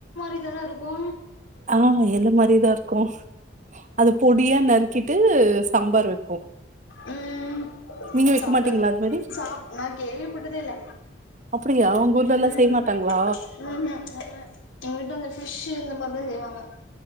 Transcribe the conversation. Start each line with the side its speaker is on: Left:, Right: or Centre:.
Left: இப்டிதான இருக்கு
Right: ஆ எல்லு மாரிதா இருக்கு அது பொடியா நறுக்கி வட்டு சாம்பர் வைப்போ
Left: உம்
Right: நீங்க வைக்க
Left: சாப்டது
Right: மாட்டீங்களா
Left: க
Right: அது மாரி
Left: சாப் நா கேள்விபட்டதே இல்ல
Right: அப்டியா உங்க ஊர்ல எல்லா
Left: உம்
Right: செய்ய மாட்டாங்களா
Left: ம் ம் எங்க வீட்டுல அந்த பீஷ்சு இந்த மாதிரிதா செய்வாங்க